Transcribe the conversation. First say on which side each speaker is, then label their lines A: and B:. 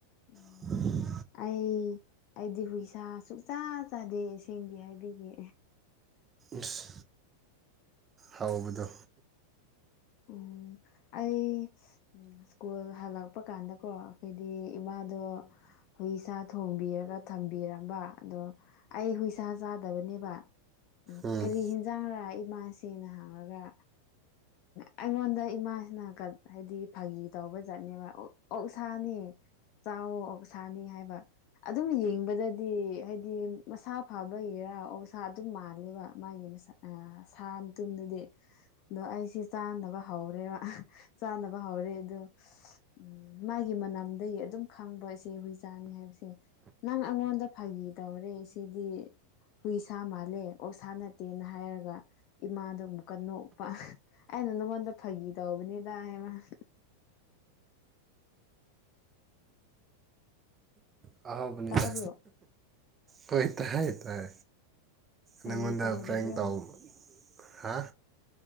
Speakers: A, on the left; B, on the right.
A: ꯎꯝ
B: <inaudible>
A: ꯑꯩ ꯑꯩꯗꯤ ꯍꯨꯏꯁꯥ ꯁꯨꯛꯆꯥꯥ ꯆꯥꯗꯦ ꯑꯁꯦꯡꯒꯤ ꯍꯥꯏꯕꯤꯒꯦ
B: ꯏꯁ ꯍꯥꯎꯕꯗꯣ
A: ꯎꯝ ꯑꯩ ꯎꯝ ꯁ꯭ꯀꯨꯜ ꯍꯜꯂꯛꯄ ꯀꯥꯟꯗꯀꯣ ꯈꯣꯏꯗꯤ ꯏꯃꯥꯅ ꯑꯗꯣ ꯍꯨꯏꯁꯥ ꯊꯣꯡꯕꯤꯔꯒ ꯊꯝꯕꯤꯔꯝꯕ ꯑꯗꯣ ꯑꯩ ꯍꯨꯏ ꯁꯥ ꯆꯥꯗꯕꯅꯦꯕ ꯅ
B: ꯎꯝ
A: ꯀꯔꯤ ꯍꯤꯟꯖꯥꯡꯔꯥ ꯏꯃꯥꯁꯤ ꯁꯤꯅ ꯍꯥꯡꯔꯒ ꯑꯝ ꯑꯩꯉꯣꯟꯗ ꯏꯃꯥꯁꯤꯅ ꯀ ꯍꯥꯏꯕꯗꯤ ꯐꯥꯒꯤ ꯇꯧꯕ ꯖꯥꯠꯅꯦꯕ ꯑꯣꯛꯁꯥꯅꯦ ꯆꯥꯎꯋꯣ ꯑꯣꯛꯁꯥꯥꯅꯦ ꯍꯥꯏꯕ ꯑꯗꯨꯝ ꯌꯦꯡꯕꯗꯗꯤ ꯍꯥꯏꯗꯤ ꯃꯁꯥ ꯐꯕꯒꯤꯔꯥ ꯑꯣꯁꯥ ꯑꯗꯨꯝ ꯃꯥꯜꯂꯦꯕ ꯃꯥꯒꯤ ꯃꯁꯥ ꯁꯥ ꯃꯇꯨꯝꯗꯨꯗꯤ ꯑꯗꯣ ꯑꯩꯁꯤ ꯆꯥ ꯕ ꯍꯧꯔꯦꯕ ꯆꯥꯅꯕ ꯍꯧꯔꯦ ꯑꯗꯨ ꯎꯝ ꯃꯥꯒꯤ ꯃꯅꯝꯗꯒꯤ ꯑꯗꯨꯝ ꯈꯪꯕ ꯁꯤ ꯍꯨꯏꯆꯥꯅꯤ ꯍꯥꯏꯕꯁꯦ ꯅꯪ ꯑꯩꯉꯣꯟꯗ ꯐꯥꯒꯤ ꯇꯧꯔꯦ ꯑꯁꯤꯗꯤ ꯍꯨꯏ ꯁꯥ ꯃꯥꯜꯂꯦ ꯑꯣꯛꯁꯥ ꯅꯠꯇꯦꯅ ꯍꯥꯏꯔꯒ ꯏꯃꯥꯗꯣ ꯑꯃꯨꯛꯀ ꯅꯣꯛꯄ ꯑꯩꯅ ꯅꯉꯣꯟ ꯗ ꯐꯥꯒꯤ ꯇꯧꯕꯅꯦꯗ ꯍꯥꯢ ꯃꯅꯥ
B: ꯑꯍꯥꯎꯕꯅꯤꯗ
A: ꯇꯥꯕ꯭ꯔꯣ
B: ꯍꯣꯏ ꯇꯥꯏ ꯇꯥꯏ
A: ꯀꯔꯤ
B: ꯅꯪꯉꯣꯟꯗ
A: ꯇꯧꯔꯤꯕ꯭ꯔꯣ
B: ꯄ꯭ꯔꯦꯡ ꯇꯧ ꯍꯥ